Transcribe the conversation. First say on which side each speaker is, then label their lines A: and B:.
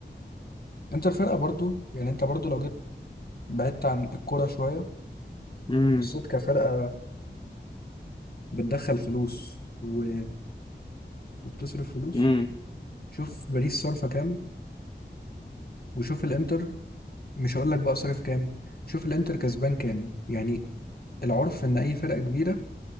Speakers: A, on the left; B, on the left.
A: انتر فرقه برضو يعني انت برضو لو جيت بعدت عن الكوره شويه
B: امم
A: بصيت
B: <laughs>
A: كفرقه بتدخل فلوس و... وبتصرف فلوس
B: امم
A: شوف باريس صرفه كام وشوف الانتر مش هقول لك بقى صرف كام شوف الانتر كسبان كام يعني العرف ان اي فرقه كبيره